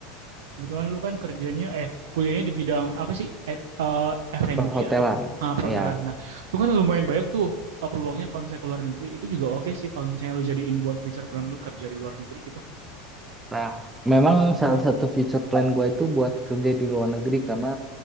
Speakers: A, on the right (about 70°); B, on the right (about 15°).
A: Kebetulan lu kan kerjanya eh kuliahnya di bidang apa sih? Ed- eh, F&B
B: perhotelan.
A: atau ah, perhotelan.
B: Ya,
A: Nah, itu kan lumayan banyak tuh eh, peluangnya kalau misalnya ke luar negeri itu juga oke sih kalau misalnya lu jadiin buat future plan lu kerja di luar negeri gitu.
B: nah memang salah satu future plan gue itu buat kerja di luar negeri karena